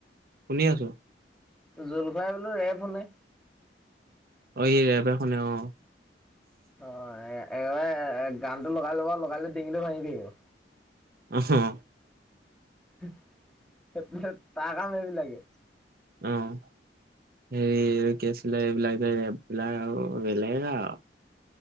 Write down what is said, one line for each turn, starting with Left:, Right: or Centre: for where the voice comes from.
Right: শুনি আছো
Centre: জোল খুৱাই বোলো ৰেব শুনে।
Right: অঁ সি ৰেবে শুনে অঁ।
Centre: অ ৰে ৰে গানটো লগাই লব লগাই ডিঙিটো ভাঙি থাকিব।
Right: ওমহো
Centre: হে তাৰ কাম এইবিলাকেই।
Right: অহ। হেৰি কি আছিলে এইবিলাক, ৰেববিলাক আও বেলেগ আও।